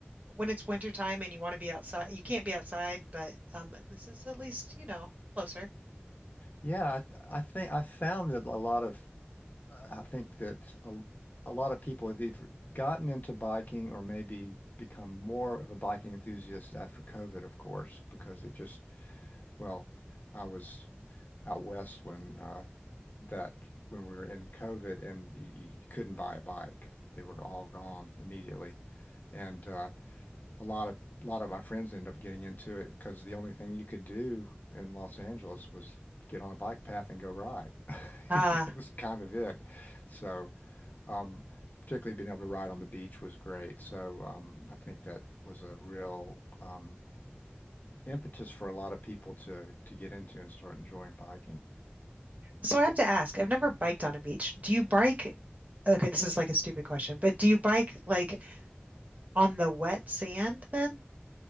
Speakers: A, on the right (about 40°); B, on the left (about 45°).
A: when it's winter time and you want to be outside, you can't be outside, but um this is at least, you know, closer.
B: Yeah, I, th- I think I found that a lot of I think that a, a lot of people have either gotten into biking or maybe become more of a biking enthusiast after COVID, of course, because it just well, I was out west when uh, that when we were in COVID and you, you couldn't buy a bike. They were all gone immediately. And uh, a lot of a lot of my friends ended up getting into it because the only thing you could do in Los Angeles was get on a bike path and go ride. <laughs>
A: Uh,
B: You know, That was kind of it. So, um, particularly being able to ride on the beach was great. So, um, I think that was a real um, impetus for a lot of people to to get into and start enjoying biking.
A: so I have to ask, I've never biked on a beach. Do you bike? Okay, this is like a stupid question, but do you bike like on the wet sand then?